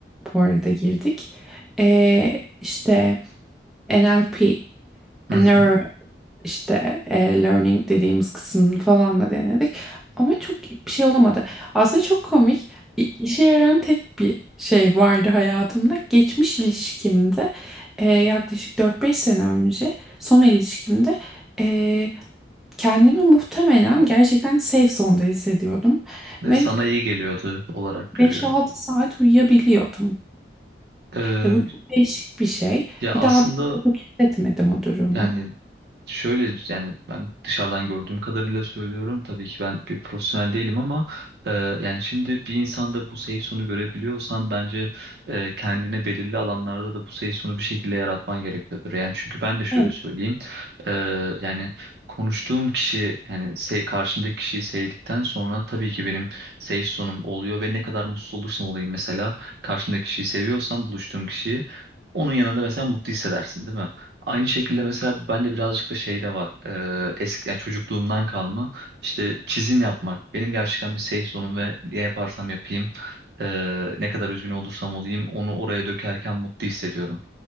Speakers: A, in the centre; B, on the right.
A: bu arada girdik. Ee, işte NLP,
B: Hı
A: Neuro
B: hı.
A: işte e, Learning dediğimiz kısmını falan da denedik. Ama çok bir şey olamadı. Aslında çok komik. İ- işe yarayan tek bir şey vardı hayatımda. Geçmiş ilişkimde e, yaklaşık dört beş sene önce son ilişkimde e, kendimi muhtemelen gerçekten safe zone'da hissediyordum.
B: Ve
A: Ve
B: sana iyi geliyordu olarak görüyorum.
A: Beş altı saat uyuyabiliyordum.
B: Ee,
A: Ya bu çok değişik bir şey.
B: ya aslında
A: Bir daha da çok hissetmedim o durumu.
B: yani Şöyle yani ben dışarıdan gördüğüm kadarıyla söylüyorum. Tabii ki ben bir profesyonel değilim ama e, yani şimdi bir insanda bu safe zone'u görebiliyorsan bence e, kendine belirli alanlarda da bu safe zone'u bir şekilde yaratman gerekiyordur. Yani çünkü ben de şöyle
A: Evet,
B: söyleyeyim. E, yani konuştuğum kişi yani se- karşımdaki kişiyi sevdikten sonra tabii ki benim safe zone'um oluyor ve ne kadar mutsuz olursam olayım mesela karşımdaki kişiyi seviyorsam buluştuğum kişiyi onun yanında mesela mutlu hissedersin değil mi? Aynı şekilde mesela bende birazcık da şey de var. Ee, eski yani çocukluğumdan kalma işte çizim yapmak. Benim gerçekten bir safe zone'um ve ne yaparsam yapayım ee, ne kadar üzgün olursam olayım onu oraya dökerken mutlu hissediyorum.